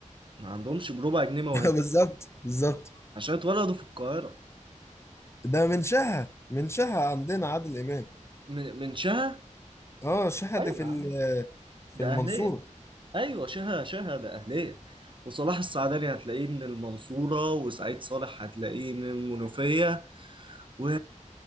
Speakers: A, on the right; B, on the left.
A: ما عندهمش بربع جنيه موهبة
B: <laughs> بالظبط بالظبط
A: عشان اتولدوا في القاهرة
B: ده من شها من شها عندنا عادل امام
A: من من شها
B: اه شها
A: ايوه
B: دي في
A: يا عم
B: ال- في
A: ده
B: المنصوره
A: أهلية أيوة شها شها ده أهلية وصلاح السعداني هتلاقيه من المنصورة وسعيد صالح هتلاقيه من المنوفية و...